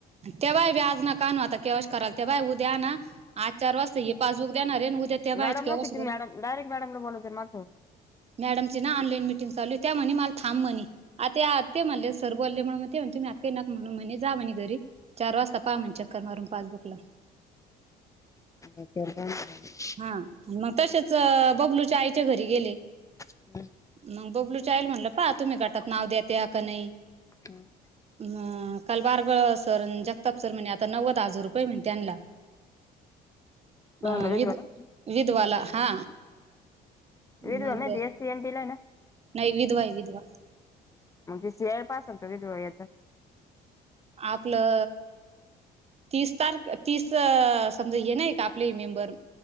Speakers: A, on the right; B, on the left.
A: तेव्हाय व्याज न कान आता केवश कराला तेव्हा उद्या ना. आज चार वाजता हे पासबुक देणारे न उद्या त्या बायाची
B: मॅडम
A: केवायसी
B: नव्हती का ती
A: करून
B: मॅडम डायरेक मॅडमला बोलायचं ना माघ जाऊन
A: मॅडमची ना ऑनलाईन मिटिंग चालू आहे त्या म्हणे मला थांब म्हणे आत ये आत ये म्हणले सर बोलले म्हणून म ते म्हणे तुम्ही आत ये नक् म्हणून म्हणे जा म्हणे घरी चार वाजता पाहा म्हणे चक्कर मारून पासबुक ला
B: अता <unintelligible> <inaudible>
A: हा मग तशेच बबलूच्या आईच्या घरी गेले
B: <unintelligible>
A: मग बबलू आईला म्हणलं पा तुम्ही गटात नाव द्यात्या या का नाही
B: हम <inaudible> <unintelligible>
A: अ काल बारगळ सर अन् जगताप सर म्हणे आता नव्वद हजार रुपये म्हणे त्यांना
B: भाऊंला
A: अ विध
B: घेतला का
A: विधवाला हा
B: इडला
A: मग
B: नये का एसटी एम पी लाय ना
A: नाही विधवाय विधवा
B: मग ते सियाळ पासून तरी धुळे येतं
A: आपलं तीस तारख तीस समजा हे नाय का आपले हे मेंबर